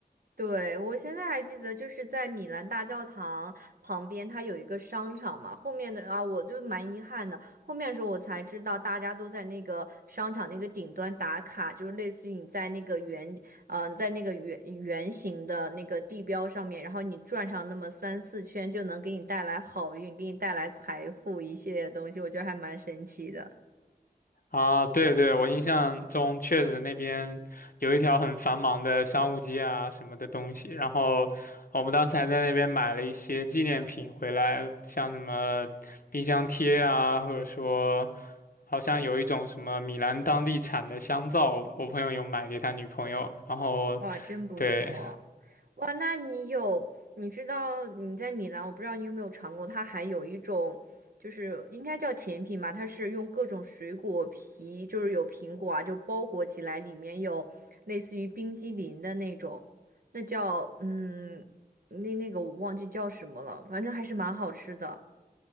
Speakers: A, on the right (about 60°); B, on the left (about 60°).
A: 对，我现在还记得，就是在米兰大教堂旁边，它有一个商场嘛。后面的啊，我就蛮遗憾的，后面的时候我才知道，大家都在那个商场那个顶端打卡，就是类似于你在那个圆，嗯、在那个圆圆形的那个地标上面，然后你转上那么三四圈，就能给你带来好运，给你带来财富一系列的东西，我觉得还蛮神奇的。
B: 啊，对对，我印象中确实那边有一条很繁忙的商务街啊什么的东西，然后我们当时还在那边买了一些纪念品回来，像什么冰箱贴啊，或者说好像有一种什么米兰当地产的香皂，我朋友有买给他女朋友，然后
A: 哇，真不错。
B: 对。
A: 哇，那你有，你知道你在米兰，我不知道你有没有尝过，它还有一种，就是应该叫甜品吧，它是用各种水果皮，就是有苹果啊，就包裹起来，里面有类似于冰激凌的那种，那叫嗯，那那个我忘记叫什么了，反正还是蛮好吃的